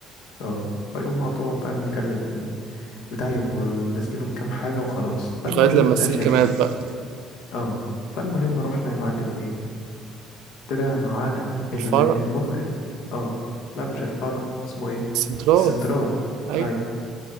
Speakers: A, on the left; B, on the right.
A: اه فيقوم مقطوع فاهم نكلم بتاع يوم لازقينه بكام حاجة وخلاص فالمهم
B: لغايه لما
A: في
B: السلك
A: الاخر
B: مات
A: ايه
B: بقى
A: اه فالمهم رحنا يا معلم ايه طلعنا على البص
B: الفرع
A: اه لا مش الفرع اسمه ايه
B: السنترال
A: السنترال
B: ايوه
A: ايوه